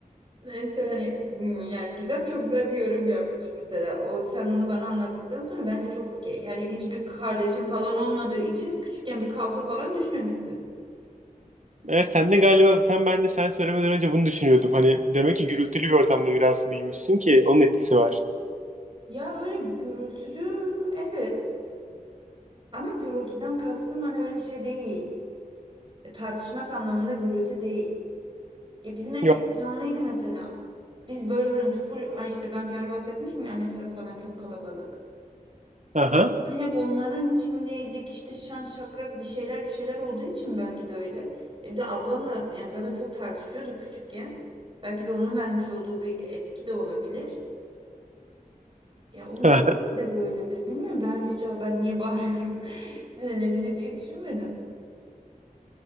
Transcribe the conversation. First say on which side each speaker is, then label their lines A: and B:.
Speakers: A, on the right; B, on the right.
A: Neyse hani hmm, yani Gizem çok güzel bir yorum yapmış mesela. O sen onu bana anlattıktan sonra bence çok okey. Hani hiçbir kardeşin falan olmadığı için küçükken bir kaosa falan düşmemişsin.
B: E, sen de galiba tam ben de sen söylemeden önce bunu düşünüyordum. Hani demek ki gürültülü bir ortamda biraz büyümüşsün ki onun etkisi var.
A: Ya öyle gürültülü evet. Ama gürültüden kastım hani öyle şey değil. E, tartışmak anlamında gürültü değil. E, bizim ev
B: Yok.
A: hep canlıydı mesela. Biz böyle hani full ay işte ben bir ara bahsetmiştim ya anne tarafı falan çok kalabalık.
B: Aha.
A: Hani hep onların içindeydik işte şan şakrak bir şeyler bir şeyler olduğu için belki de öyle. E bir de ablamla yani zaten çok tartışıyorduk küçükken. Belki de onun vermiş olduğu bir etki de olabilir. Ya ondan
B: Aha.
A: belki de böyledir. Bilmiyorum daha önce hiç "Aa, ben niye bağırıyorum <laughs> sinirlenince diye düşünmedim.